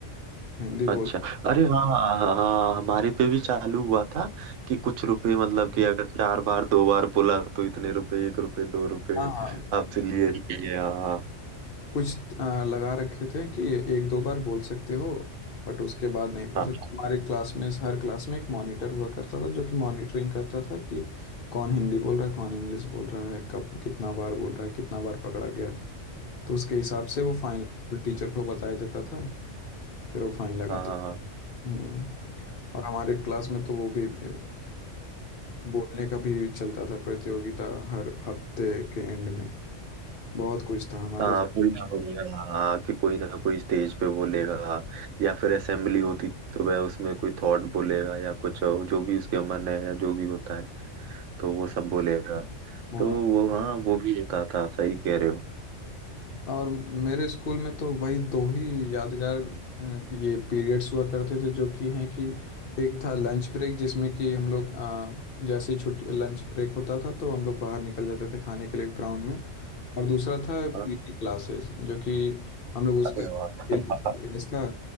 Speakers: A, on the left; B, on the right.
A: हिंदी
B: अच्छा
A: बोल
B: अरे हाँ हाँ हाँ हाँ, हमारे पे भी चालू हुआ था कि कुछ रुपए मतलब कि अगर चार बार दो बार बोला तो इतने रुपए एक रुपए दो रुपए
A: हाँ हाँ
B: आपसे लिए जाएंगे हाँ
A: कुछ आ, लगा रखे थे कि एक दो बार बोल सकते हो बट उसके बाद नहीं बोल
B: हाँ
A: सकते हमारे क्लास में हर क्लास में एक मॉनिटर हुआ करता था जो कि मॉनिटरिंग करता था कि कौन हिंदी बोल रहा है कौन इंग्लिश बोल रहा है कब कितना बार बोल रहा है कितना बार पकड़ा गया तो उसके हिसाब से वो फाइन टीचर को बताया जाता था फिर वो फाइन लगाते
B: हाँ हाँ
A: हम्म। और हमारे क्लास में तो वो भी अ, बोलने का भी चलता था प्रतियोगिता हर हफ्ते के एंड में बहुत कुछ था हमारे
B: हाँ, कोई ना कोई हाँ हाँ, कि कोई ना कोई स्टेज पे बोलेगा या फिर असेंबली होती थी तो वह उसमें कोई थॉट बोलेगा या कुछ और, जो भी उसके मन है या जो भी होता है तो वो सब बोलेगा
A: हाँ
B: तो वो हाँ वो भी होता था सही कह रहे हो
A: और मेरे स्कूल में तो वही दो ही यादगार अ, ये पीरियड्स हुआ करते थे जो कि हैं कि एक था लंच ब्रेक जिसमें कि हम लोग अ, जैसे ही छुट्टी लंच ब्रेक होता था तो हम लोग बाहर निकल जाते थे खाने के लिए ग्राउंड में और दूसरा था
B: हाँ
A: पीटी क्लासेस जो कि हम लोग उसका
B: अरे
A: खेल
B: वाह
A: क्लास था